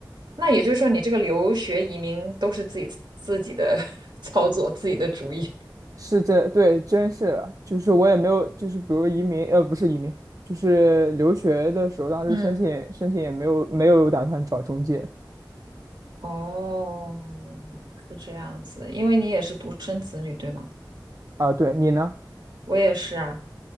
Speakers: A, on the right; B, on the right.
A: 那也就是说，你这个留学移民都是自己自己的 <laughs> 操作，自己的主意
B: 是这，对，真是的就是我也没有，就是比如移民，呃，不是移民，就是留学的时候，当时申请申请也没有没有打算找中介
A: <laughs>。嗯，哦，是这样子，因为你也是独生子女，对吗？
B: 啊。对你呢？
A: 我也是啊。